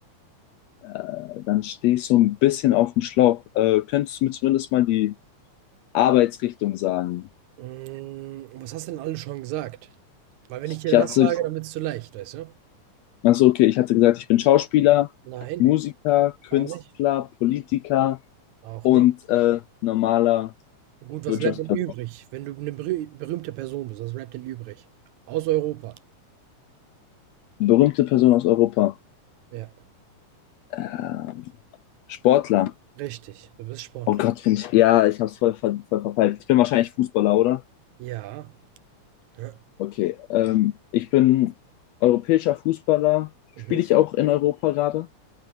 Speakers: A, on the left; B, on the right.
A: Äh, dann stehe ich so ein bisschen auf dem Schlauch. Äh, könntest du mir zumindest mal die Arbeitsrichtung sagen?
B: Mm, was hast du denn alles schon gesagt? Weil wenn ich dir
A: Ich hatte,
B: das sage, dann wird's zu leicht, weißt du?
A: also okay, ich hatte gesagt, ich bin Schauspieler,
B: Nein.
A: Musiker, Künstler,
B: Auch nicht.
A: Politiker
B: Auch
A: und
B: nicht.
A: äh, normaler
B: Gut, was
A: Wirtschaftsperson.
B: bleibt denn übrig, wenn du eine berüh berühmte Person bist? Was bleibt denn übrig? Aus Europa.
A: Berühmte Person aus Europa.
B: Ja,
A: Äh, Sportler.
B: richtig. Du bist Sportler.
A: Oh Gott, bin ich. Ja, ich hab's voll, ver voll verpeilt. Ich bin wahrscheinlich Fußballer, oder?
B: Ja. Hä?
A: Okay. Ähm, ich bin europäischer Fußballer.
B: Mhm.
A: Spiele ich auch in Europa gerade?